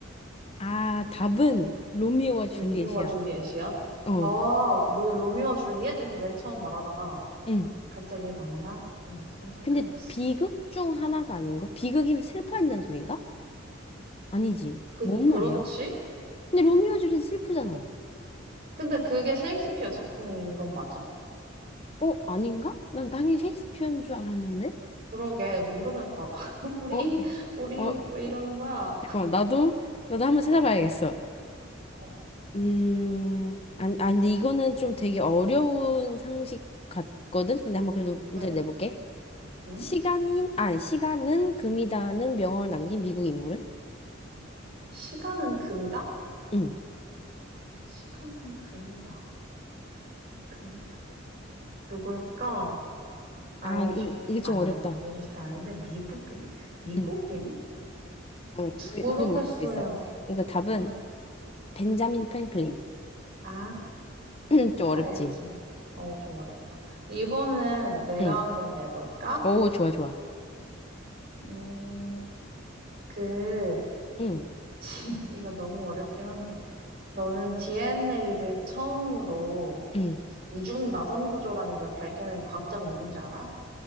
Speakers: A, on the left; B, on the right.
A: 아, 답은 로미오와 줄리엣이야.
B: 로미오와 줄리엣이야?
A: 어.
B: 아, 뭐지, 로미오와 줄리엣? 이렇게 맨 처음 말하다가
A: 응.
B: 갑자기 맞나? 이러면서 혼자
A: 근데
B: 헷갈렸어.
A: 비극 중 하나가 아닌가? 비극이면 슬퍼한다는 소린가? 아니지.
B: 그,
A: 뭔
B: 그렇지?
A: 말이야? 근데 로미오 줄리 슬프잖아.
B: 근데 그게 셰익스피어 작품인 건 맞아?
A: 어, 아닌가? 난 당연히 셰익스피어인 줄 알았는데.
B: 그러게, 모르겠다. <laughs> 우리,
A: 어,
B: 우리
A: 어,
B: 왜 이러는 거야?
A: 잠깐만. 나도 나도 한번 찾아봐야겠어.
B: 어.
A: 음, 아니, 아니, 근데 이거는 좀 되게 어려운 상식 같거든. 근데 한번 그래도 문제를
B: 응,
A: 내볼게.
B: 응?
A: 시간인, 아, 시간은 금이다는 명언을 남긴 미국 인물은?
B: 시간은 금이다?
A: 응.
B: 시간은 금이다. 금이다. 누굴까? 아인슈
A: 아, 이, 이게 좀
B: 아니야
A: 어렵다.
B: 미인슈타인 아닌데 미국인 미국인
A: 응. 어, 우리
B: 모르겠어요.
A: 우리 모를 수도 있어. 이거 답은
B: 응.
A: 벤자민 프랭클린.
B: 아
A: <clears throat> 좀 어렵지?
B: 알지. 어 좀 어렵다. 이번엔 내가
A: 응.
B: 한번 내볼까?
A: 오, 좋아, 좋아.
B: 음 그
A: 응.
B: <laughs> 이거 너무 어렵긴 한데 너는 DNA를 처음으로
A: 응.
B: 이중 나선 구조라는 걸 밝혀낸 과학자가 누군지 알아?